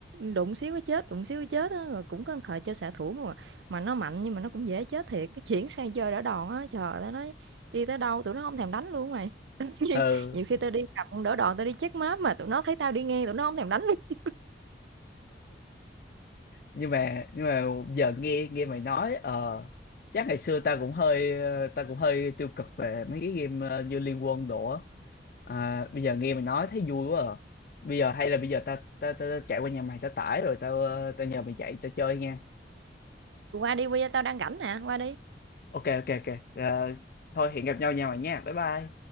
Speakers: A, on the right (about 80°); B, on the left (about 50°).
A: đụng xíu cái chết đụng xíu cái chết á rồi cũng có một thời chơi xạ thủ mà mà nó mạnh nhưng mà nó cũng dễ chết thiệt cái chuyển sang chơi đỡ đòn á trời tao nói đi tới đâu tụi nó không thèm đánh luôn mày <laughs> nhiều,
B: ừ
A: nhiều khi tao đi cầm con đỡ đòn tao đi check map mà tụi nó thấy tao đi ngang tụi nó không thèm đánh luôn
B: nhưng mà nhưng mà giờ nghe nghe mày nói ờ chắc ngày xưa ta cũng hơi ờ, ta cũng hơi tiêu cực về mấy cái game ờ, như Liên Quân đồ á à, bây giờ nghe mày nói thấy vui quá à. bây giờ hay là bây giờ ta ta, ta, ta chạy qua nhà mày ta tải rồi tao ờ, tao nhờ mày chạy tao chơi nha
A: Tụi qua đi bây giờ tao đang rảnh nè qua đi
B: ok ok ok Ờ, thôi hẹn gặp nhau nhà mày nha bye bye